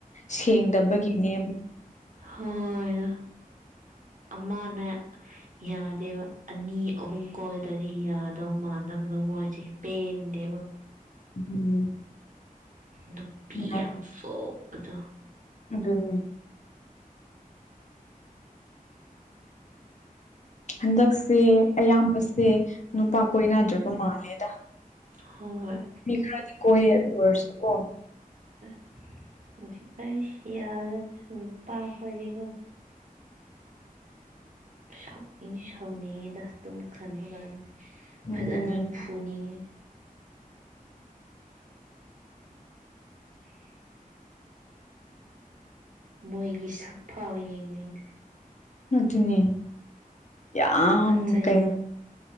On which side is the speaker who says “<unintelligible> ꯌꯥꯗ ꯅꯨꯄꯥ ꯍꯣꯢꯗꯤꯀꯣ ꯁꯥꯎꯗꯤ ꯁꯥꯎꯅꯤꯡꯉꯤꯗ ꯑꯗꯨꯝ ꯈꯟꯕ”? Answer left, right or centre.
Right